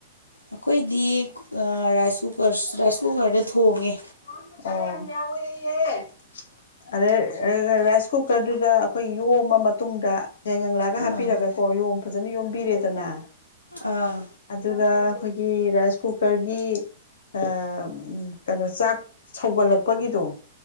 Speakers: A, on the left; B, on the left.
A: ꯑꯩꯈꯣꯏꯗꯤ ꯑ ꯔꯥꯏꯁ ꯀꯨꯀꯔ ꯔꯥꯏꯁ ꯀꯨꯀꯔꯗ ꯊꯣꯡꯉꯦ
B: ꯑ꯭ꯣ ꯑꯣ ꯆꯥꯛ ꯌꯥꯝ ꯌꯥꯎꯋꯦꯌꯦ ꯑꯗꯩ ꯔꯥꯏꯁ ꯀꯨꯀꯔꯗꯨꯗ ꯑꯩꯈꯣꯏ ꯌꯣꯝꯃ ꯃꯇꯨꯡꯗ ꯌꯥꯏꯉꯪ ꯂꯥꯒ
A: ꯑꯥ
B: ꯍꯥꯞꯄꯤꯔꯒꯀꯣ ꯌꯣꯝ ꯐꯖꯅ ꯌꯣꯝꯕꯤꯔꯦꯗꯅ
A: ꯑꯥ
B: ꯑꯗꯨꯒ ꯑꯈꯣꯏꯒꯤ ꯔꯥꯏꯁ ꯀꯨꯀꯔꯒꯤ ꯑ ꯀꯅꯣ ꯆꯥꯛ ꯁꯧꯒꯠꯂꯛꯄꯒꯤꯗꯣ